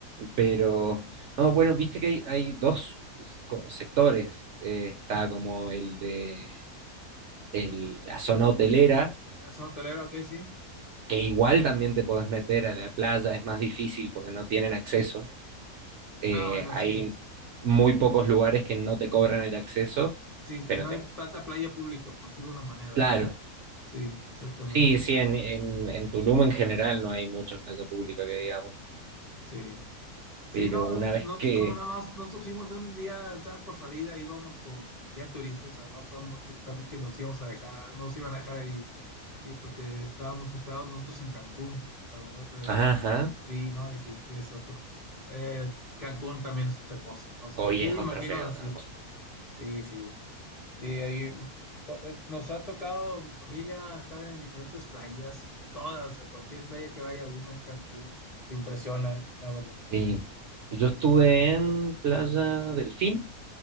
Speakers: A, on the right (about 65°); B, on the left (about 35°).
A: pero, no, bueno, viste
B: Mm.
A: que hay, hay dos co- sectores. Eh, está como el de el- la zona hotelera,
B: La zona hotelera, ok, sí.
A: que igual también te podés meter a la playa, es más difícil porque no tienen acceso. Eh,
B: Ah, bueno,
A: hay
B: sí.
A: muy pocos lugares que no te cobran el acceso,
B: Sí, que
A: pero
B: no
A: te...
B: hay tanta playa pública, por decirlo de una manera,
A: Claro,
B: ¿no? Sí, exactamente.
A: Sí, sí, en, en, en Tulum en general no hay mucha playa pública que digamos,
B: Sí. Sí,
A: pero
B: no,
A: una
B: nosotros
A: vez que...
B: como nada más, nosotros fuimos de un día ya por salida, íbamos con guía turista, o sea, no fue mucho que también que nos íbamos a dejar, nos iban a dejar ahí, sí, porque estábamos hospedados nosotros en Cancún, la verdad, eh,
A: Ajá,
B: sí, no, y sí, es otro. Eh, Cancún también es otra cosa, no sé,
A: hoy
B: sí,
A: es
B: imagino,
A: otro pedo,
B: sí,
A: Cancún.
B: sí, sí, sí, ahí to- eh, nos ha tocado, mi familia está en diferentes playas, todas, a cualquier playa que vaya uno en Cancún, te impresiona, eh, la verdad.
A: Sí, yo estuve en Playa Delfín,